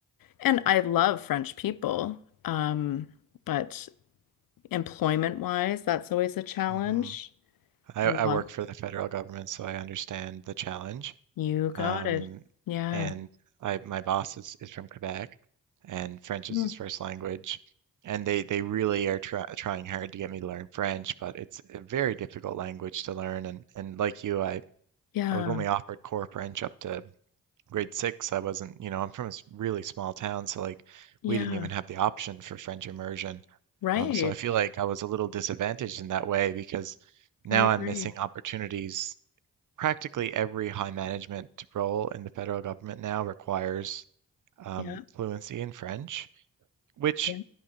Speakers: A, on the left; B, on the right.
A: and I love French people, um, but employment-wise, that's always a challenge.
B: hmm I,
A: A lot.
B: I work for the federal government, so I understand the challenge.
A: You got
B: Um,
A: it. Yeah.
B: and I my boss is, is from Quebec, and French
A: Mm.
B: is his first language. And they they really are try, trying hard to get me to learn French, but it's a very difficult language to learn. And and like you, I
A: Yeah.
B: I was only offered core French up to grade six. I wasn't, you know, I'm from a s- really small town, so like
A: Yeah.
B: we didn't even have the option for French immersion.
A: Right.
B: Um, so I feel like I was a little disadvantaged in that way because now
A: I agree.
B: I'm missing opportunities practically every high management role in the federal government now requires um,
A: Yeah.
B: fluency in French, which
A: Yeah.